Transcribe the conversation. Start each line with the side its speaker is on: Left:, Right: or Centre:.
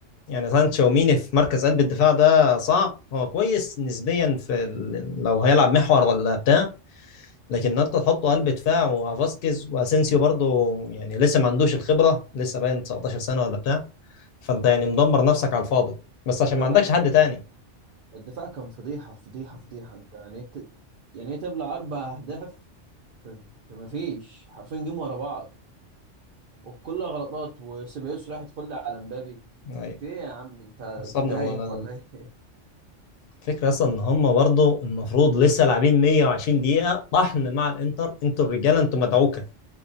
Left: يعني مثلا تشاوميني في مركز قلب الدفاع ده صعب هو كويس نسبيا في ال... لو هيلعب محور ولا بتاع لكن انت تحطه قلب دفاع وفاسكيز واسينسيو برضه يعني لسه ما عندوش الخبره لسه باين 19 سنه ولا بتاع فانت يعني مدمر نفسك على الفاضي بس عشان
Right: لا
Left: ما عندكش
Right: لا الدفاع
Left: حد تاني
Right: الدفاع كان فضيحة فضيحة فضيحة انت يعني إيه ت- يعني ايه تبلع اربع اهداف في في ما فيش حرفين جيم ورا بعض وكلها غلطات وسيبايوس راح يدخل لي على مبابي
Left: امم
Right: في ايه يا عم انت
Left: نصبني
Right: دايخ
Left: والله لا لا
Right: ولا ايه
Left: الفكرة أصلا إن هم برضه المفروض لسه لاعبين 120 دقيقة طحن مع الإنتر أنتوا الرجالة أنتوا مدعوكة